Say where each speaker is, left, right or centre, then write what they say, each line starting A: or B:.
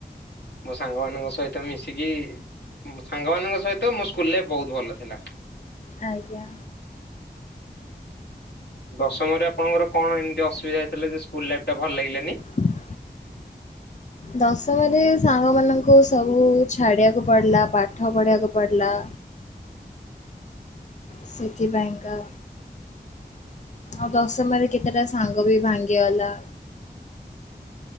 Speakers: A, on the left (about 75°); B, on the left (about 45°).
A: ମୋ ସାଙ୍ଗ ମାନଙ୍କ ସହିତ୍ ତ ମିଶିକି ସାଙ୍ଗ ମାନଙ୍କ ସହିତ ମୋ ସ୍କୁଲରେ ବହୁତ୍ ଭଲ ଥିଲା।
B: ଆଜ୍ଞା।
A: ଦଶମରେ ଆପଣଙ୍କର କଣ ଏମିତି ଅସୁବିଧା ହେଇଥିଲା ଯେ ସ୍କୁଲ୍ ଲାଇଫ୍ ଟା ଭଲ ଲାଗିଲାନି?
B: ହ <unintelligible> ଦଶମରେ ସାଙ୍ଗମାନଙ୍କୁ ସବୁ ଛାଡିବାକୁ ପଡିଲା ପାଠ ପଢିବାକୁ ପଡିଲା। ସେଥିପାଇଁ ଙ୍କା ଆଉ ଦଶମରେ କେତେଟା ସାଙ୍ଗ ବି ଭାଙ୍ଗିଗଲା।